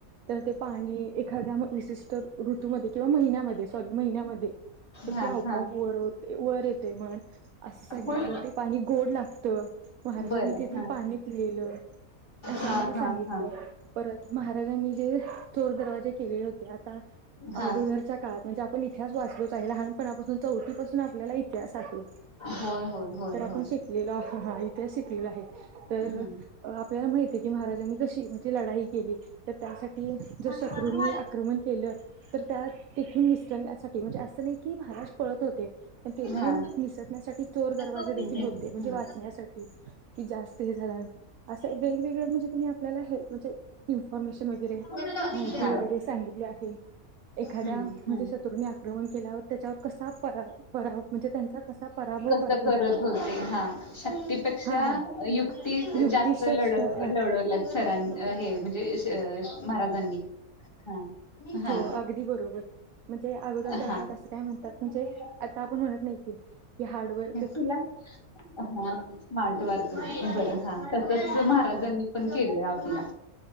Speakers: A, on the right; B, on the left.
A: तर ते पाणी एखाद्या म विशष्ट ऋतूमध्ये किंवा महिन्यामध्ये सॉरी महिन्यामध्ये तर
B: हा
A: ते आपआप
B: हा.
A: वर होत ये वर येते म्हण असं सांगी
B: होय
A: त ते पाणी गोड लागत महाराजांनी
B: बर
A: तेथील
B: हा
A: पाणी पिलेलं असं
B: हा
A: आम्हाला
B: हा
A: सांगितलं
B: हा
A: परत महाराजांनी जे चोर दरवा जे केले होते आता
B: हा
A: अगोदरच्या काळात म्हणजे आपण इतिहास वाचलोच आहे लहानपणापासून चौथीपासून आपल्याला इतिहास आहे.
B: होय होय होय
A: तर आपण
B: होय
A: शिकलेलो असं हा इथेच शिकलेलं आहे. तर
B: हम्म
A: अ आपल्याला माहिती हे की महाराजांनी कशी म्हणजे लढाई केली त त्यासाठी ज
B: हम्म
A: शत्रूनी आक्रमण केलं तर त्या तिथून निसटण्यासाठ के म्हणजे असं नाही. की महाराज पळत होते पण तेथून
B: हा
A: निसटण्यासाठी दरवाजे
B: हम्म
A: देखील
B: हम्म
A: होते म्हणजे
B: हम्म हा
A: वाचण्यासाठी की जास्त हे झाल्यानं असे वेगवेगळे म्हणजे तुम्ही आपल्याल म्हणजे इन्फॉर्मेशन वगैरे
B: हा
A: माहिती वगैरे
B: हा
A: सांगितली आहे एखाद्या
B: हम्म हम्म
A: म्हणजे शत्रूनी आक्रमण केल्याव त्याच्यावर कसा परा पराभ म्हणजे त्यांचा कसा पराभव
B: त
A: करता
B: करत
A: येईल
B: होते हा शक्तीपेक्षा
A: हा हा
B: युक्ती
A: युक्ती
B: जास्त
A: श्रेष्ठ
B: लढ
A: आहे
B: लढवल्यात सरां अ हे म्हणजे श महाराजांनी हा हा
A: हो अगदी बरोबर म्हणजे अगोदरच्या
B: हा.
A: <unintelligible> काय म्हणतात म्हणजे
B: हा
A: आता आपण म्हणत नाही की, की हार्डवर
B: तुला अ हा स्मार्टवर्क बरं हा, तसच
A: हा
B: की महाराजांनी
A: हा
B: पण केलंय आप पल्या